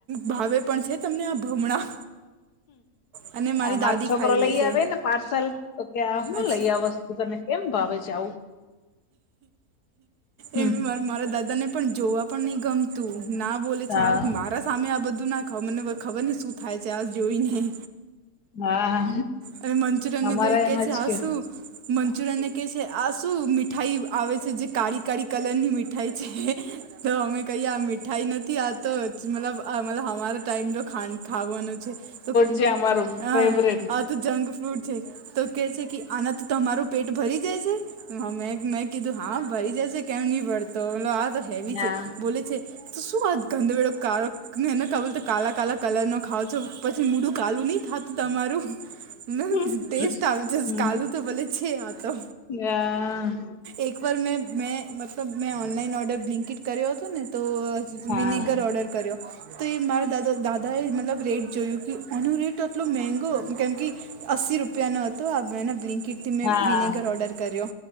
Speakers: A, on the right; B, on the left.
A: ભાવે પણ છે? તમને આ ભમણા. અને મારી
B: અમારો
A: દાદી
B: છોકરો
A: ખાઈ
B: લઈ
A: લે છે
B: આવે ને પાર્સલ તો કે આ હું
A: અચ્છા
B: લઈ આવશ. તતો તને કેમ ભાવે છે આવું? હમ
A: એ માર મારા દાદા ને પણ જોવા પણ નહી ગમતું ના બોલે
B: હા
A: છે આવ મારા સામે આ બધું ના ખાવ મને ખબર ને શું થાય છે આ જોઈને.
B: હા
A: અને મંચુરિયનને
B: અમારા
A: તો એ કહે
B: એમાં
A: છે
B: જ
A: આ
B: કે.
A: શું મંચુરિયનને કહે છે આ શું મીઠાઈ આવે છે જે કાળી કાળી કલરની મીઠાઈ છે. તો અમે કહી આ મીઠાઈ નથી આ તો જ મતલબ અમારા ટાઈમ તો ખાવાનો છે તો
B: જે અમારું
A: હા
B: ફેવરેટ
A: આ તો જંક ફ્રૂડ છે તો કહે છે, કે આનાથી તો તમારુ પેટ ભરી જાય છે? મેં કીધું હા ભરી જશે કેમ નહિ ભરતો તો આ તો હેવી
B: હા
A: છે બોલે છે. શું આ ગંધ વેળો કાળો કાળા કાલા કાલા કલર નો ખાવ છો. પછી મુઢું કાલું નહી થતું તમારું ના
B: હમ
A: ટેસ્ટ આવે છે
B: હમ
A: કાલું તો ભલે છે આ તો
B: હા
A: એક વાર મે મે અ તો મેં ઓનલાઈન ઓર્ડર બ્લિંકટ કર્યો હતો ને તો
B: હા
A: વિનેગર ઓર્ડર કર્યો. તો એ મારા દાદા દાદા એ મતલબ રેટ જોયું કે આનો રેટ આટલો મેઘો કેમ કે અસી રૂપિયાનો હતો આ બેના બ્લિન્કિટ મેં
B: હા
A: વિનેગર ઓર્ડર કર્યો.